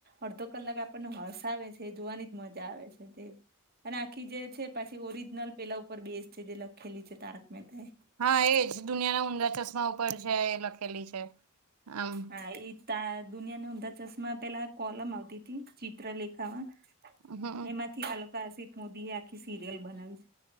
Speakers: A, on the right; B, on the right.
A: અડધો કલાક આપણને હસાવે છે એ જોવાની જ મજા આવે છે તે અને આખી જે છે પાછી ઓરિજનલ પેલા ઉપર બેસ છે જે લખેલી છે તારક મહેતા એ.
B: હા એ જ દુનિયાના ઊંધા ચશ્મા ઉપર છે એ લખેલી છે આમ.
A: હા એ ત દુનિયાના ઊંધા ચશ્માં પેલા કોલમ આવતી તી ચિત્ર લેખામાં.
B: હમ
A: એમાંથી <unintelligible> અસિત મોદી એ આખી સીરિયલ બનાવી છે.